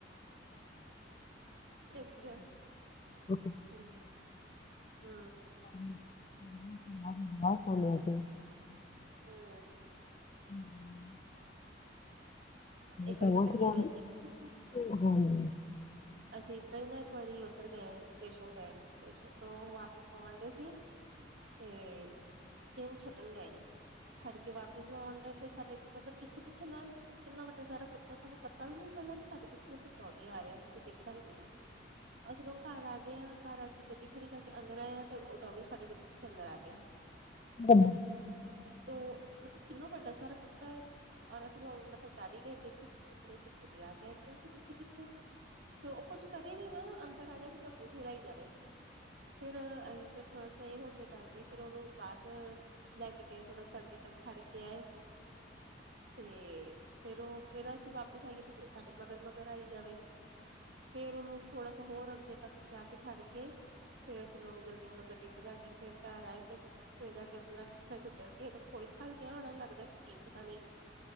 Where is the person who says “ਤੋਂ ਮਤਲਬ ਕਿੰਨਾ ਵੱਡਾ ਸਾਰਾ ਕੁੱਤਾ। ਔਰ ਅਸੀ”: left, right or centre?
Right